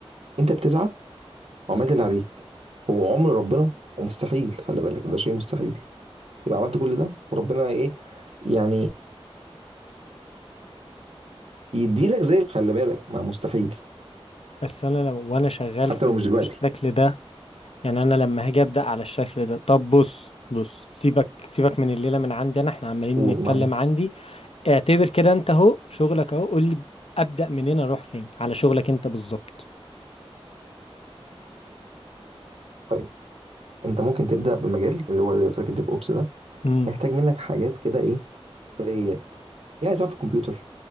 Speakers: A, on the right (about 80°); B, on the left (about 70°).
A: انت بتسعى وعملت اللي عليك هو عمر ربنا ومستحيل خلي بالك ده شيء مستحيل تبقى عملت كل ده وربنا ايه يعني يديلك زي خلي بالك ما مستحيل
B: بس انا لو وانا شغال
A: حتى
B: في
A: لو مش دلوقتي
B: الشكل ده يعني انا لما هاجي ابدا على الشكل ده طب بص بص سيبك سيبك من الليله من عندي انا احنا عمالين
A: قول
B: نتكلم
A: معايا
B: عندي اعتبر كده انت اهو شغلك اهو قول لي ابدا منين اروح فين على شغلك انت بالظبط
A: طيب انت ممكن تبدا بمجال اللي هو زي ما قلت لك الديف اوبس ده
B: امم
A: هيحتاج منك حاجات كده ايه بديهيات يعني تعرف الكمبيوتر